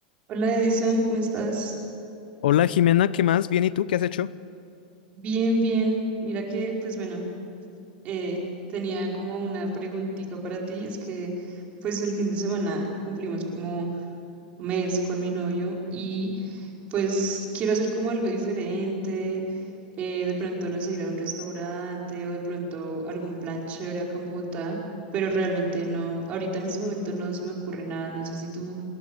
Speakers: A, on the right; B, on the left.
A: Hola Edison, ¿cómo estás?
B: Hola Jimena, ¿qué más? Bien, ¿y tú qué has hecho?
A: Bien, bien. Mira que, pues bueno, eh, tenía como una preguntita para ti. Es que, pues el fin de semana cumplimos como mes con mi novio y pues quiero hacer como algo diferente. eh, de pronto, no sé, ir a un restaurante o de pronto algún plan chévere acá en Bogotá, pero realmente no, ahorita en este momento no se me ocurre nada. No sé si tú